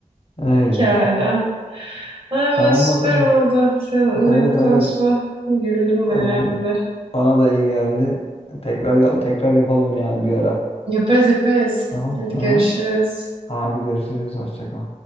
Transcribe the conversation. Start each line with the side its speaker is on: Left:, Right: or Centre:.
Left: Öyle.
Right: Pekala. Ay
Left: Tamam
Right: ben süper
Left: bakalım.
Right: oldu. Seninle
Left: Evet
Right: bu konuşma.
Left: evet.
Right: Güldüm bayağı
Left: Ee,
Right: bir de.
Left: bana da iyi geldi. Tekrar yap- tekrar yapalım yani bir ara.
Right: Yaparız yaparız.
Left: Tamam.
Right: Hadi
Left: Aha.
Right: görüşürüz.
Left: Hadi görüşürüz. Hoşça kal.